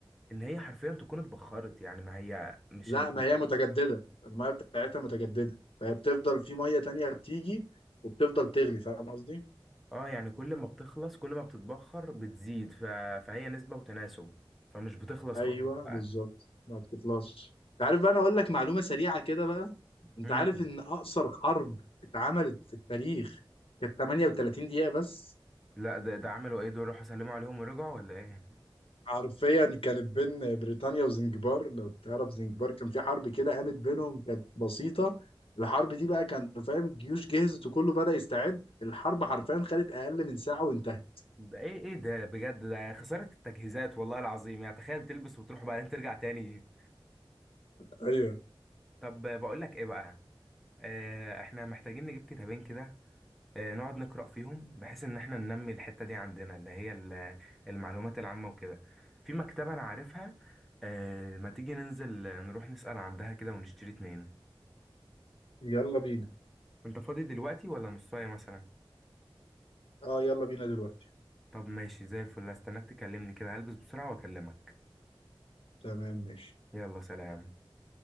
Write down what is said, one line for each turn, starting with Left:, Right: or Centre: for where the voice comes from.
Centre: ان هي حرفيا تكون اتبخرت يعني ما هي مش
Left: لا
Centre: ال...
Left: ما هي متجددة المية بتاعتها متجددة فبتفضل في مية تانية بتيجي وبتفضل تغلي فاهم قصدي؟
Centre: اه يعني كل ما بتخلص كل ما بتتبخر بتزيد ف... فهي نسبة وتناسب فمش بتخلص
Left: أيوه
Centre: خالص بقى
Left: بالظبط ما بتخلصش عارف بقى أنا أقول لك معلومة سريعة كده بقى انت
Centre: مم.
Left: عارف ان اقصر حرب اتعملت في التاريخ كانت 38 دقيقة بس
Centre: لا ده ده عملوا ايه دول راحوا سلموا عليهم ورجعوا ولا ايه
Left: حرفيا كانت بين بريطانيا وزنجبار لو تعرف زنجبار كان في حرب كده قامت بينهم كانت بسيطة الحرب دي بقى كان فاهم الجيوش جهزت وكله بدأ يستعد الحرب حرفيا خدت اقل من ساعة وانتهت
Centre: ده ايه ايه ده بجد ده خسارة التجهيزات والله العظيم يعني تخيل تلبس وتروح وبعدين ترجع تاني
Left: ايوه
Centre: طب بقول لك ايه بقى آه احنا محتاجين نجيب كتابين كده آه نقعد نقرأ فيهم بحيث ان احنا ننمي الحتة دي عندنا اللي هي ال- المعلومات العامة وكده في مكتبة انا عارفها آه ما تيجي ننزل آه، نروح نسأل عندها كده ونشتري اتنين
Left: يلا بينا
Centre: انت فاضي دلوقتي ولا نصاية مثلا
Left: اه يلا بينا دلوقتي
Centre: طب ماشي زي الفل استناك تكلمني كده هلبس بسرعة واكلمك
Left: تمام ماشي
Centre: يلا سلام